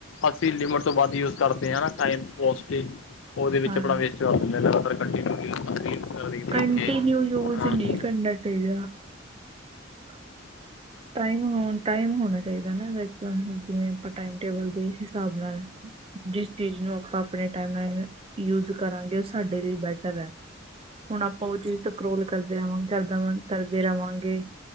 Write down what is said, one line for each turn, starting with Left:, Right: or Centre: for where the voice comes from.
Left: ਅਸੀਂ ਲਿਮਿਟ ਤੋਂ ਵੱਧ ਯੂਜ ਕਰਦੇ ਹਾ ਟਾਈਮ ਪਾਸ ਤੇ ਉਹਦੇ ਵਿੱਚ
Right: ਹਾਂ
Left: ਆਪਣਾ ਵੇਸਟ ਕਰ ਦਿੰਦੇ ਦੇਖ
Right: ਕੰਟੀਨਿਊ
Left: ਕੇ
Right: ਯੂਜ਼
Left: ਹ
Right: ਨਹੀਂ ਕਰਨਾ ਚਾਈਦਾ <inaudible> ਟਾਈਮ ਟਾਈਮ ਹੋਣਾ ਚਾਹੀਦਾ ਨਾ ਜਿਵੇਂ ਆਪਾਂ ਟਾਈਮ ਟੇਬਲ ਦੇ ਹਿਸਾਬ ਨਾਲ ਜਿਸ ਚੀਜ਼ ਨੂੰ ਆਪਾਂ ਆਪਣੇ ਟਾਈਮ ਯੂਜ ਕਰਾਂਗੇ ਉਹ ਸਾਡੇ ਲਈ ਬੈਟਰ ਹੈ ਹੁਣ ਆਪਾਂ ਉਹ ਚੀਜ਼ ਤਰੋਲ ਕਰਦੇ ਰਵਾਂਗੇ ਕਰਾਂ ਕਰਦੇ ਰਹਾਂਗੇ